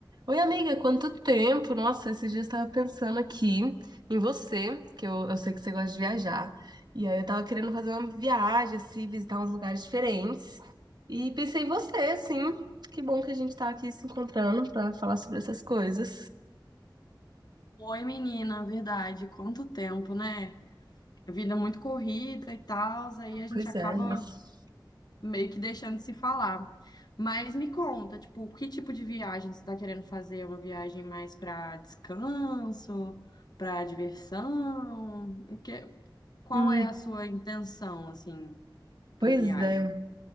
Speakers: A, on the right (about 60°); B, on the left (about 55°).
A: Oi, amiga, quanto tempo? Nossa, esses dias eu estava pensando aqui em você, que eu, eu sei que você gosta de viajar. E aí eu tava querendo fazer uma viagem, assim, visitar uns lugares diferentes. E pensei em você, sim. Que bom que a gente tá aqui se encontrando para falar sobre essas coisas.
B: Oi, menina, verdade. Quanto tempo, né? A vida é muito corrida e tal, aí a gente
A: Pois
B: acaba
A: é, nossa.
B: meio que deixando de se falar. Mas me conta, tipo, que tipo de viagem você está querendo fazer? É Uma viagem mais para descanso, para diversão? O que- qual
A: Hum,
B: é a sua intenção, assim,
A: pois
B: para viagem?
A: é.